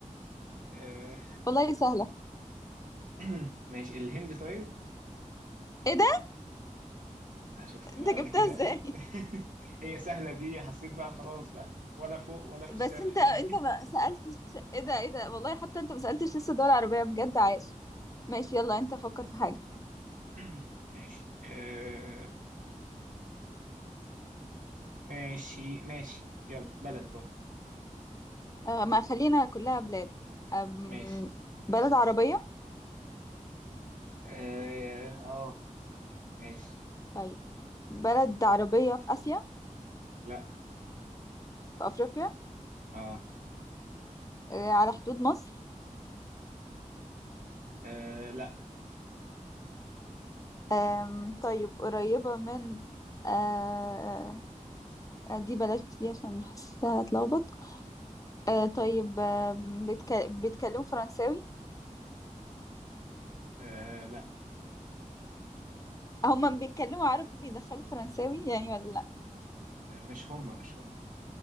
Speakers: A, on the right; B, on the left.
A: آه
B: والله سهله
A: <laughs> ماشي الهند طيب
B: ايه ده
A: آه شفت ما
B: انت جبتها
A: قلتي سهل.
B: ازاي <laughs>
A: <laughs> هي سهلة دي حسيت بقى خلاص بقى ولا فوق ولا في الشرق
B: بس انت
A: يعني
B: انت ما سالتش ايه ده ايه ده والله حتى انت ما سالتش لسه دول عربيه بجد عايش ماشي يلا انت فكر في حاجه
A: <coughs> <clears throat> ماشي آه ماشي ماشي يلا بلد برضو
B: آه ما خلينا كلها بلاد أم
A: ماشي
B: بلد عربيه
A: اه آه، ماشي
B: طيب بلد عربيه في اسيا
A: لا
B: في افريقيا
A: اه,
B: آه على حدود مصر
A: آه لا
B: أم طيب قريبه من آه آه، دي بلاش دي عشان حاسها هتلخبط آه طيب آه بيتك... بيتكلموا فرنساوي
A: آه لا
B: هما بيتكلموا عربي بيدخلوا فرنساوي يعني ولا لا
A: آه، مش هما مش هما